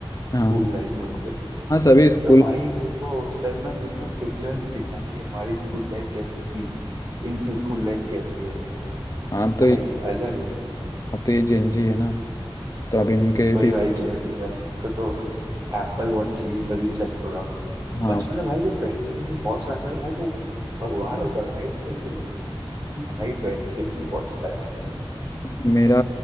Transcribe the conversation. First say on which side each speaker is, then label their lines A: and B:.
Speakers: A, on the left; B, on the right.
A: हाँ
B: स्कूल
A: हाँ
B: लाइफ में उनके
A: हाँ, सभी स्कूल
B: तो भाई मेरे को उस टाइम ना फिर ना डिफरेंस दिखा कि हमारी स्कूल लाइफ कैसी थी इनकी स्कूल लाइफ कैसी है
A: हाँ
B: भाई
A: तो ये-
B: अलग भाई
A: अब तो ये जेन जी है ना तो अब इनके
B: वही
A: भी
B: भाई जेंजी भाई इनको तो एप्पल वॉच चाहिए तभी फ्लेक्स होगा
A: हाँ
B: बचपन में भाई जो बेंटन वाली वॉच लाता था भाई वो भगवान होता था भाई उस टाइम के लिए कि भाई बेंटन की वॉच लाया है
A: मेरा